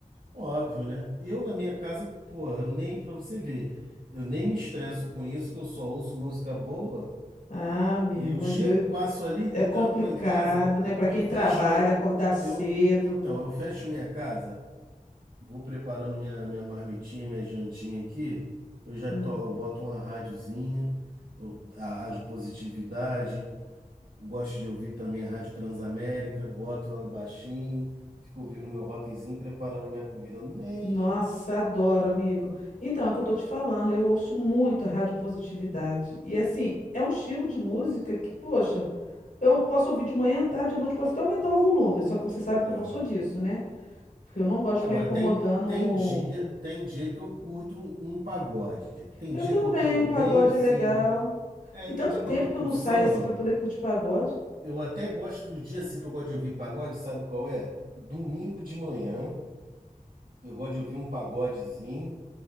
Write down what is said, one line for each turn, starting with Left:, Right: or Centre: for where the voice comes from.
Right: Óbvio, né? Eu na minha casa, porra, eu nem para você ver, eu nem me estresso com isso, que eu só ouço música boa.
Left: Ah, amigo,
Right: Eu
Left: mas
Right: chego,
Left: eu-
Right: passo ali, me
Left: é complicado,
Right: tranco lá em casa,
Left: né? Para
Right: eu
Left: quem
Right: fecho
Left: trabalha,
Right: minha.
Left: acordar cedo.
Right: Eu, então, eu fecho minha casa, vou preparando minha, minha marmitinha, minha jantinha aqui. Eu já
Left: Hum.
Right: to, eu boto uma rádiozinha, eu- a Rádio Positividade, eu gosto de ouvir também a Rádio Transamérica, boto ela baixinho, fico ouvindo meu rockzinho, preparando minha comida. Nem.
Left: Nossa, adoro, amigo. Então, é o que eu tô te falando, eu ouço muito a rádio positividade. E assim, é um estilo de música que, poxa, eu posso ouvir de manhã, tarde, à noite, posso até aumentar o volume, só que você sabe que
Right: Aham.
Left: eu não sou disso, né? Porque eu não gosto de
Right: Agora
Left: ficar incomodando.
Right: tem tem dia, tem dia que eu curto um pagode. Tem
Left: Eu
Right: dia
Left: também,
Right: que eu tô bem
Left: o pagode
Right: assim.
Left: é legal.
Right: É,
Left: Tem
Right: tem
Left: tanto
Right: dia
Left: tempo
Right: que eu tô
Left: que
Right: pro
Left: eu não
Right: samba.
Left: saio assim pra poder curtir pagode.
Right: Eu até gosto dos dias assim que eu gosto de ouvir pagode, sabe qual é? Domingo de manhã, eu gosto de ouvir um pagodezinho